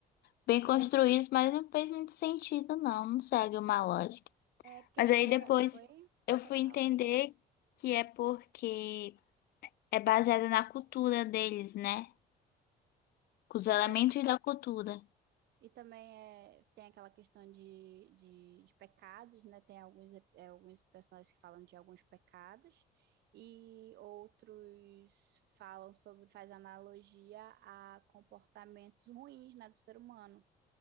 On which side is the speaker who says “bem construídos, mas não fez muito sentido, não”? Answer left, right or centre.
Left